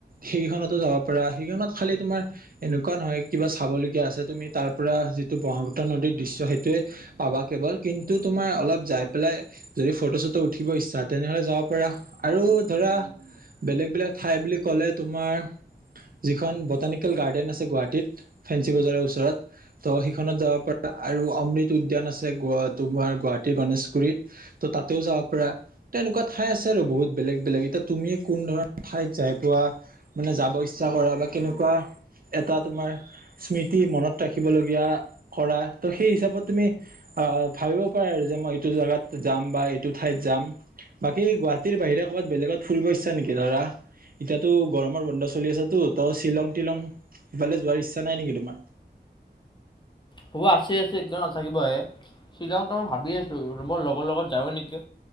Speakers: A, on the right (about 55°); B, on the left (about 25°).
A: সেইখনতো যাব পাৰা। সেইখনত খালি তোমাৰ এনেকুৱা নহয় কিবা চাবলগীয়া আছে তুমি তাৰ পৰা যিটো ব্ৰহ্মপুত্ৰ নদীৰ দৃশ্য সেইটোৱে পাবা কেৱল কিন্তু তোমাৰ অলপ যাই পেলাই যদি ফটো চটো উঠিব ইচ্ছা, তেনেহ'লে যাব পাৰা। আৰু ধৰা বেলেগ বেলেগ ঠাই বুলি ক'লে তোমাৰ যিখন বটানিকেল গাৰ্ডেন আছে গুৱাহাটীত ফেঞ্চি বজাৰৰ ওচৰত ত' সিখনত যাব পাৰা আৰু অমৃত উদ্যান আছে, গ' তোমাৰ গুৱাহাটীৰ গণেশ গুৰিত ত, তাতেও যাব পাৰা ত এনেকুৱা ঠাই আছে আৰু বহুত বেলেগ, বেলেগ। এতিয়া তুমি কোন ধৰণৰ ঠাইত যাই পোৱা মানে যাব ইচ্ছা কৰা বা কেনেকুৱা এটা তোমাৰ স্মৃতি মনত ৰাখিব লগগীয়া কৰা ত সেই হিচাপত তুমি আহ ভাবিব পাৰা আৰু যে মই এইটো জোগাত যাম বা এইটো ঠাইত যাম বাকী গুৱাহাটী গুৱাহাটীৰ বাহিৰে ক'ৰবাত বেলেগ ফুৰিব ইচছা নেকি ধৰা এতিয়াতো গৰমৰ বন্ধ চলি আছেতো ত শ্বিলং টিলং ইফালে যোৱাৰ ইচ্ছা নাই নেকি তোমাৰ?
B: হ আছে আছে কিয় নাথাকিবহে। শ্বিলং তো মই ভাবি আছোঁ মোৰ লগৰ লগত যাওঁৱ নেকি?